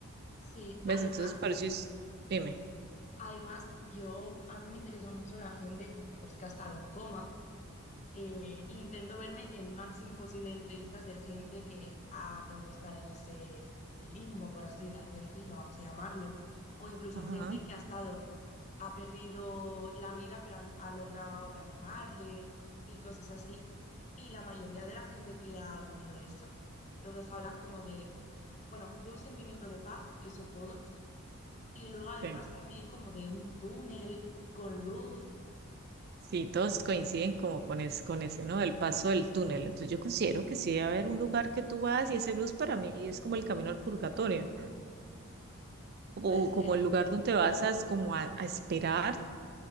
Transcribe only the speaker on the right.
¿Ves?
Entonces, por eso es- dime.
Ajá.
sí.
Sí, todos coinciden como con, es, con ese, ¿no? El paso del túnel. Entonces yo considero que sí debe haber un lugar que tú vas y ese luz para mí es como el camino al purgatorio o
como el lugar donde vas a, es como a, a esperar